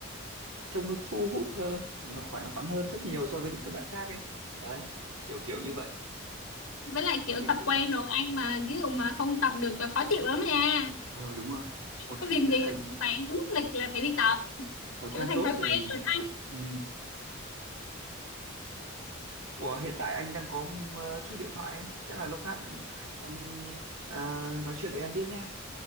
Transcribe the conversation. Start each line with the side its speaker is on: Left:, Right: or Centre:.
Right: trông nó thu hút hơn nó khỏe khoắn hơn rất nhiều so với những cái bạn khác ấy đấy kiểu kiểu như vậy
Left: với lại kiểu
Right: thì
Left: tập
Right: khử-
Left: quen rồi ăn mà ví dụ mà không tập được là khó chịu lắm nha
Right: ờ đúng rồi một
Left: có
Right: khi
Left: việc
Right: đã
Left: gì
Right: thành
Left: cũng phải đúng lịch là phải đi tập
Right: thói
Left: kiểu
Right: quen
Left: thành
Right: tốt
Left: thói quen
Right: rồi
Left: rồi anh
Right: ừ. Ủa hiện tại anh đang có ờ, chút điện thoại ấy. Chắc là lúc khác anh ờ, nói chuyện với em tiếp nha